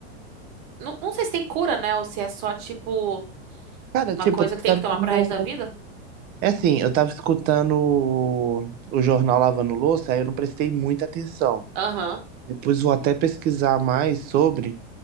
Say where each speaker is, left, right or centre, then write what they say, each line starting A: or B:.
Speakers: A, on the right (about 45°); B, on the right (about 30°).
A: Não, não sei se tem cura, né? Ou se é só, tipo,
B: Cara,
A: uma
B: tipo,
A: coisa que tem
B: também
A: que tomar pro
B: não...
A: resto da vida?
B: É assim, eu tava escutando o, o jornal Lavando Louça, aí eu não prestei muita atenção.
A: Aham,
B: Depois vou até pesquisar mais sobre.